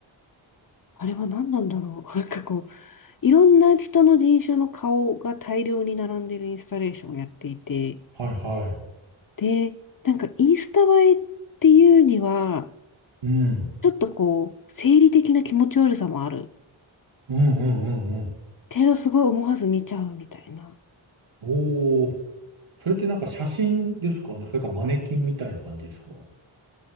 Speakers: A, on the left; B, on the right.
A: あれは何なんだろう。<laughs> なんかこう、いろんな人の人種の顔が大量に並んでるインスタレーションをやっていて、
B: はいはい。
A: で、なんかインスタ映えっていうには、
B: うん。
A: ちょっとこう、生理的な気持ち悪さもある。
B: うんうんうんうん。
A: けどすごい思わず見ちゃうみたいな。
B: おー、それってなんか写真ですかね、それかマネキンみたいな感じですか